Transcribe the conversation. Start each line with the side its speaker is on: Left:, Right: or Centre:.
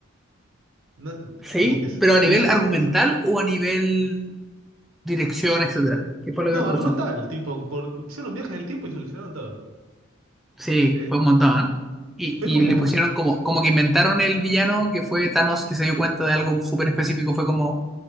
Right: No,
Centre: Sí,
Right: como que s-
Centre: pero
Right: solucio-
Centre: a nivel argumental o a nivel dirección, etcétera. ¿Qué fue lo
Right: No,
Centre: que no te
Right: argumental,
Centre: gustó?
Right: tipo, por, hicieron un viaje en el tiempo y solucionaron todo.
Centre: Sí,
Right: Eh,
Centre: fue un montón. ¿eh? Y,
Right: fue
Centre: y
Right: como,
Centre: le pusieron como, como que inventaron el villano que fue Thanos que se dio cuenta de algo súper específico. Fue como